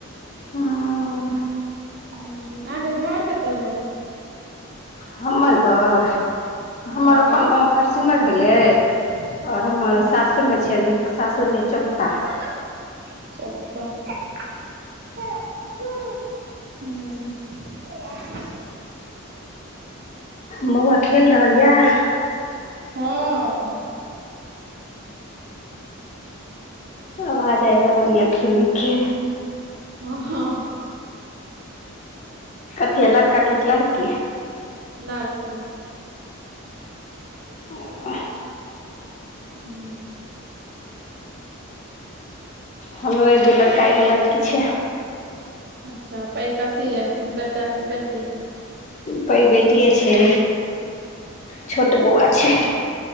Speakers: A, on the left (about 30°); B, on the right (about 45°).
A: हँ
B: हूँ अहाँके घर कतऽ भेल। <unintelligible>
A: हमर घर हमर
B: हँ
A: अपन
B: गाम
A: गाँव भटसिमैर भेलै। <unintelligible> आओर हमर
B: अच्छा
A: सासुरमे छी अभी सासुर हय चप। <unintelligible>
B: चुप तऽ। <inaudible> हूँ। <inaudible>
A: बउआ खेल रहल यए
B: हँ।
A: आवाज आबि रहल यऽ खेलयके
B: ह हँ।
A: कथी या लड़का की लड़की
B: लड़के
A: आ
B: हू।
A: हमरो एगो लड़का एगो लड़की छै।
B: अच्छा पैइंघ कथी है बेटा की बेटी
A: पइघ बेेटिये छै छोट बौआ
B: अचछा
A: छै